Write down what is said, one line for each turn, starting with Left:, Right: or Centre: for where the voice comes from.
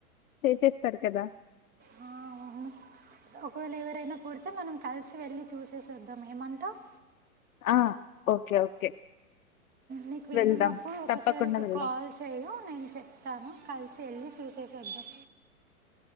Left: చేసేస్తారు కదా
Right: ఆ, అవును ఒకవేళ ఎవరైనా పుడితే మనం కలిసి వెళ్ళి చూసేసొద్దాం ఏమంటావ్
Left: ఆ ఓకే ఓకే
Right: నీకు వీలున్నప్పుడు
Left: వెళ్దాం
Right: ఒకసారి
Left: తప్పకుండా
Right: ఒక
Left: వెళ్దాం
Right: కాల్ చేయు నేను చెప్తాను కలిసి వెళ్ళి చూసేసొద్దాం